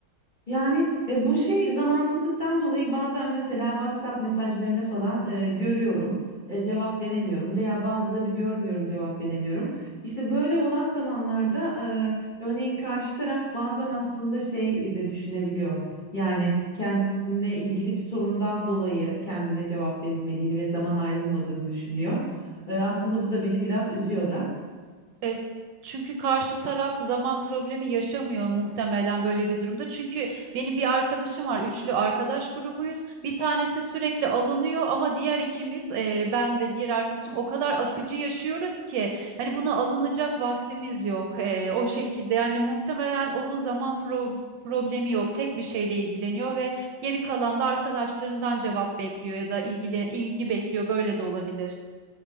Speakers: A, on the left; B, on the right.
A: Yani e, bu şey zamansızlıktan dolayı bazen mesela WhatsApp mesajlarını falan e, görüyorum, e, cevap veremiyorum veya bazılarını görmüyorum, cevap veremiyorum. İşte böyle olan zamanlarda e, örneğin karşı taraf bazen aslında şey de düşünebiliyor. Yani kendisinde ilgili bir sorundan dolayı kendine cevap verilmediğini ve zaman ayrılmadığını düşünüyor. E, aslında bu da beni biraz üzüyor da.
B: E, çünkü karşı taraf zaman problemi yaşamıyor muhtemelen böyle bir durumda. Çünkü benim bir arkadaşım var, üçlü arkadaş grubuyuz. Bir tanesi sürekli alınıyor ama diğer ikimiz, e, ben ve diğer arkadaşım o kadar akıcı yaşıyoruz ki hani buna alınacak vaktimiz yok. E, o şekilde yani muhtemelen onun zaman pro- problemi yok. Tek bir şeyle ilgileniyor ve geri kalan da arkadaşlarından cevap bekliyor ya da ilgili, ilgi bekliyor. Böyle de olabilir.